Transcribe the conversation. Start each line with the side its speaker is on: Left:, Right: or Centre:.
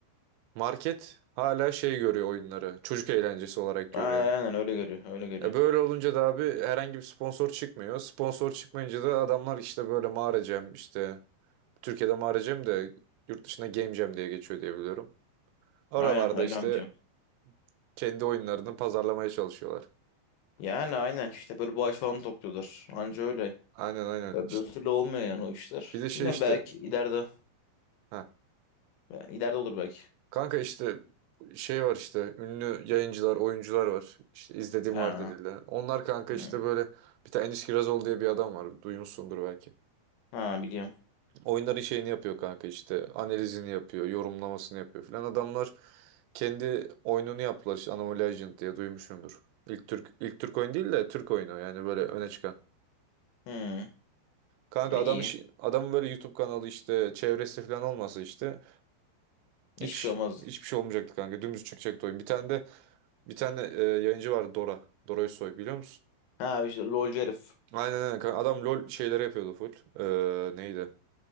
Right: Market hala şey görüyor oyunları. Çocuk eğlencesi olarak görüyor.
Left: Aynen aynen öyle görüyor öyle görüyor.
Right: E böyle olunca da abi herhangi bir sponsor çıkmıyor. Sponsor çıkmayınca da adamlar işte böyle mağara jam işte Türkiye'de mağara jam de yurt dışında game jam diye geçiyor diye biliyorum. Oralarda
Left: Aynen Hakkı
Right: işte
Left: amca.
Right: kendi oyunlarını pazarlamaya çalışıyorlar.
Left: Yani aynen işte böyle bağış falan topluyorlar. Anca öyle.
Right: Aynen aynen.
Left: Öbür
Right: İşte
Left: türlü olmuyor yani o işler.
Right: bir de şey
Left: Bilmem
Right: işte
Left: belki ileride.
Right: ha
Left: yani İleride olur belki.
Right: kanka işte şey var işte ünlü yayıncılar, oyuncular var. İşte izlediğim
Left: Ha.
Right: var dediler. Onlar kanka
Left: Hı.
Right: işte böyle bir tane Enis Kirazoğlu diye bir adam var. Duymuşsundur belki.
Left: Ha biliyorum.
Right: Oyunların şeyini yapıyor kanka işte analizini yapıyor, yorumlamasını yapıyor filan. Adamlar kendi oyununu yaptılar işte Anomaly Legend diye duymuşumdur. İlk Türk ilk Türk oyun değil de Türk oyunu yani böyle öne çıkan.
Left: Hı.
Right: Kanka
Left: E,
Right: adam
Left: iyi.
Right: iş, adamın böyle YouTube kanalı işte çevresi falan olmasa işte hiç
Left: Hiçbir şey olmazdı.
Right: hiçbir şey olmayacaktı kanka. Dümdüz çıkacaktı oyun. Bir tane de bir tane e, yayıncı vardı Dora. Dora Özsoy biliyor musun?
Left: Ha işte LOLcu herif.
Right: Aynen aynen kanka. Adam LOL şeyleri yapıyordu full. Ee, neydi?